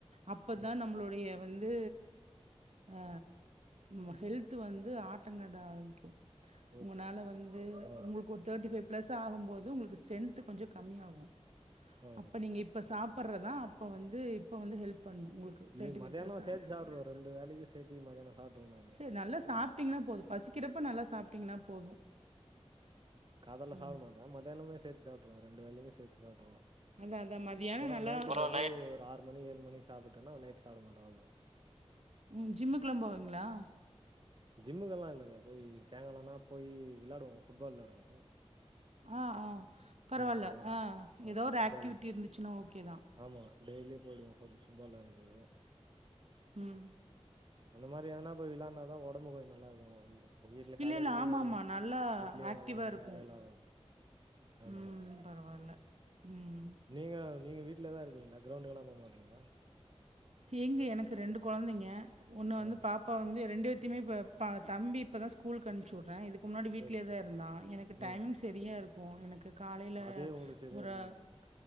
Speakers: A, on the right; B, on the right.
A: அப்பதா
B: ம்
A: நம்பளுடைய வந்து அ ஆ ஹெல்த்து வந்து ஆட்டங்காட்ட ஆரம்பிக்கும்
B: ஓகே
A: உங்கனால வந்து
B: ஆ
A: உங்களுக்கு ஒரு தேர்ட்டி ஃபைவ் பிளஸ் ஆகும் போது உங்களுக்கு ஸ்டென்த்து கொஞ்சோ கம்மியாகு
B: ஆ
A: அப்ப நீங்க இப்ப சாப் படுறதான் அப்ப வந்து இப்ப வந்து ஹெல்ப் பண்ணும் உங்களுக்கு
B: இது மதியானோ
A: ப்ளஸ் ஆனதுக்கப்புறம்.
B: சேத்து சாப்பிடுவ ரெண்டு வேலைக்கு சேத்தி மதியானோ சாப்ட்ருவ நானு
A: சரி நல்லா சாப்பட்டீங்கன்னா போதும் பசிக்கிறப்ப நல்லா சாப்டீங்கன்னா போதும்
B: காதல்ல
A: ம்
B: சாப்ட மாட்ட மதியானம்மே சேத் து சாப்டுருவ ரெண்டு வேலைக்கு சேத்து சாப்டுருவ
A: அதான் அதான் மதியானம்
B: அப்ரோ
A: நல்லா
B: நைட்டுக்கு
A: அப்புறம்
B: வந்து
A: நைட்
B: ஒரு ஆறு மணி ஏழு மணி சாப்புட்டேனா நைட் சாப்ட மாட்டே அவ்ளதா
A: உம் ஜிம்முக்குல்லாம் போவீங்களா
B: ஜிம்முகெல்லா இல்லங்க போய் சாங்காலம்னா போய் விளாடுவோம் ஃபுட்பால் விளாடுவோம்
A: ஆ ஆ பரவால்ல
B: கூடல்லா
A: ஆ
B: ஆ
A: ஏதோ ஒரு
B: ஃபுட்பால்
A: ஆக்டிவிட்டி இருந்துச்சுன்னா ஓகேதா
B: ஆமா டெய்லியு போயிடுவோ ஃபு ஃபுட்பால் விளாடுறதுக்கு
A: உம்
B: அந்த மாரி எதுனா போய் விளான்னாதான் உடம்பு கொஞ்ச நல்லாருக்கு ப்ப வீட்ல
A: இல்ல
B: காலேஜ்லியே
A: இல்ல ஆமாமா நல்லா
B: வீட்லயே
A: ஆக்டிவா
B: வக்கானுருந்தா
A: இருக்கும்
B: வேல ஆவாது ஆமா
A: ம்
B: ஆமா
A: பரவால்ல ம்
B: நீங்க நீங்க வீட்லதா இருப்பீங்களா கிரௌண்டுக்கு எல்லா போமாட்டீங்களா
A: ஏங்க எனக்கு ரெண்டு கொழந்தைங்க ஒண்ணு வந்து
B: ஆ
A: பாப்பா வந்து ரெண்டு த்திமே இப்ப பா தம்பி இப்ப தா ஸ்கூலுக்கு அன்ப்ச்சி வுட்றே முன்னாடி வீட்லியே
B: சேரி சேரி
A: தா இருந்தா எனக்கு டைமிங்ஸ்
B: ம்
A: செரியா இருக்கூ எனக்கு காலையில
B: அதே உங்களுக்கு சரியா
A: ஒரு
B: இருக்குதுன்றீங்களா